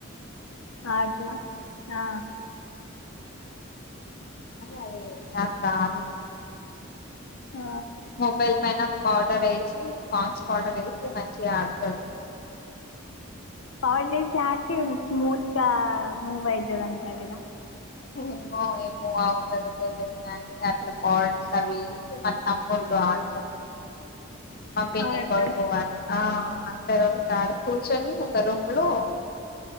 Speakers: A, on the left; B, on the left.
A: అద ఆ
B: అదే నాకు రాను
A: ఆ,
B: మొబైల్ పైన ఆ వేసి స్న్స్ పాట వేసి మంచిగా ఆడతాడు
A: పర్ ేసి హక స్మూత్గా మూవ్ అయితుద అంతగద
B: ఏమో ఏమో అవుతుందో తెలియదు కాని అట్లా పాడ్స్ అవిసి మా తమ్ముళ్ళు ఆడత ఆ పి
A: ఆడతారా
B: కొల్ పో ఆ అండరు త ఆడ కూర్చొని ఒక రూమ్ లో